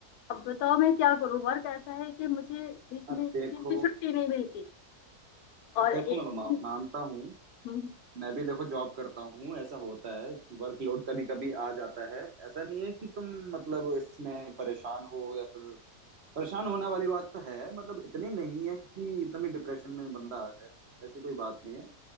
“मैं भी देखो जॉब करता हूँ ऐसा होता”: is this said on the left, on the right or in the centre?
Right